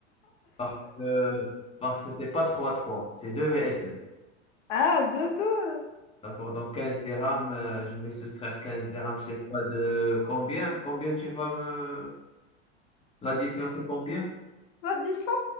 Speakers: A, on the left; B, on the left.
A: Parce que, parce que c'est pas trois trois c'est 2 vs deux
B: Ah, deux deux
A: D'accord, donc 15 dirhams, euh, je vais soustraire 15 dirhams, je sais pas de combien, combien tu vas me... L'addition, c'est combien?
B: Bah, 10